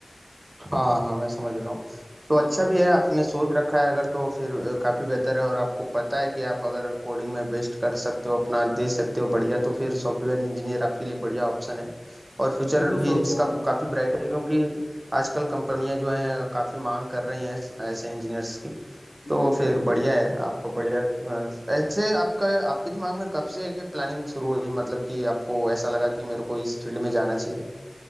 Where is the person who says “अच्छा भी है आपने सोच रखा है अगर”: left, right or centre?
Right